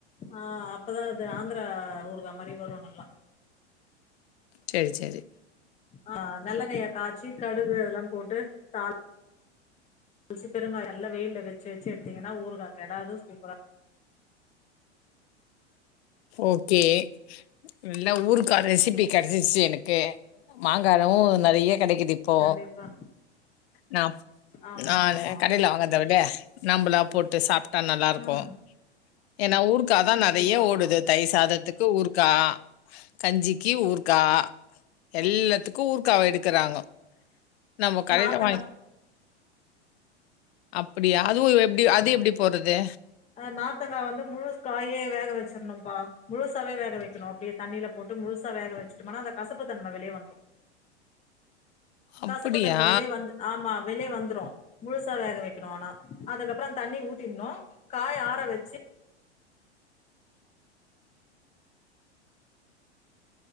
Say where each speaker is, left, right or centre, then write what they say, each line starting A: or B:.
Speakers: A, on the left (about 20°); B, on the left (about 65°).
A: ஆ அப்பதான் அது ஆந்திரா ஊருகா மாரி வரும் நல்லா
B: சரி சரி
A: ஆ நல்லெண்ணைய காய்ச்சி கடுகு அதெல்லாம் போட்டு தாள் சி பெருங்காயம் எல்லாம் வெயில்ல வச்சி வச்சி எடுத்தீங்கன்னா ஊறுக்கா கெடாது சூப்பரா
B: ஓகே. நல்ல ஊர்கா ரெசிபி கிடைச்சிச்சு எனக்கு மாங்காவும் நிறைய கிடைக்குத் இப்போ
A: கண்டிப்பா
B: நான்
A: ஆமா
B: நானு
A: ஆமா
B: கடைல வாங்கிறத விட நம்மளா போட்டு சாப்பிட்டா நல்லா இருக்கும்
A: ம்
B: ஏன்னா ஊறுக்காதான்
A: கண்டிப்பாப்பா
B: நிறைய ஓ தயிர் சாதத்துக்கு ஊறுக்கா கஞ்சிக்கு ஊறுகா எல்லாத்துக்கும் ஊறுக்காவ எடுக்கறாங்க நம்ம கடைல
A: நார்த்தங்கா
B: வாங் அப்படியா அதுவு அது
A: ஆமா
B: எப்டி போடுறது
A: அ நார்த்தங்கா வந்து முழு காயே வேக வச்சிடணும் ப்பா முழுசாவே வேக வைக்கணும் அப்படியே தண்ணியில போட்டு முழுசா வேக வச்சுட்டோம்னா அந்த கசப்பு தன்மை வெளிய வந்துரும்
B: <inaudible> அப்படியா
A: கசப்புத்தன்மை வெளியே வந்து ஆமா வெளியே வந்துரும் முழுசா வேக வை ஆனா அதுக்கப்புறம் அந்த தண்ணிய ஊத்திடனும் காய்ய ஆற வெச்சு